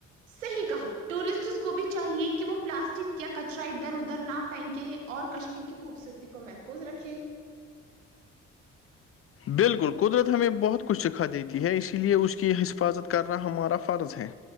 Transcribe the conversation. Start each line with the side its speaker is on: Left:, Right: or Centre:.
Right: صحیح کہا ٹورسٹس کو بھی چاہیے کہ وہ پلاسٹک یا کچرا ادھر ادھر نہ پھینکیں اور کشمیر کی خوبصورتی کو محفوظ رکھے
Left: بالکل قدرت ہمیں بہت کچھ سکھا دیتی ہے اسی لیے اس کی حفاظت کرنا ہمارا فرض ہے